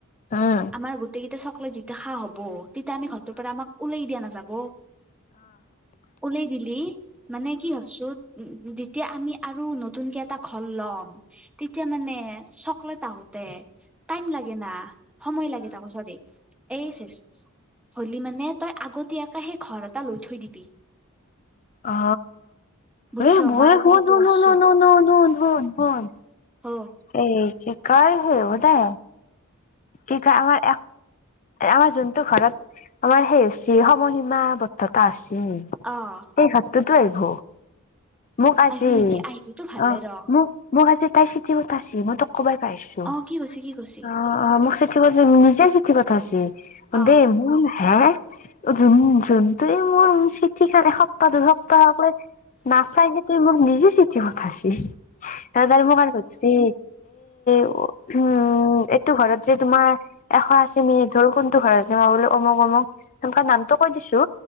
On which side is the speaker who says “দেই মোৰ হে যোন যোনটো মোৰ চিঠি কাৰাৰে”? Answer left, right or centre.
Left